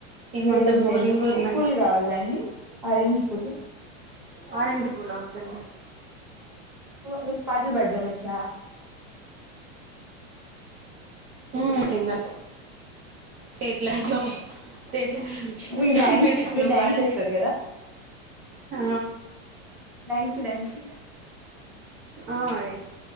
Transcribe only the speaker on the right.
ఇమంతా
బోరింగ్ ఉన్నాను
ఆరెంజ్ పూల వద్దండి
మ్ సింగల్ చేట్లళ్ళో ట్ల
చాంపియన్
ఎట్లో
పాడే
ఆ
ఆ ఎేస్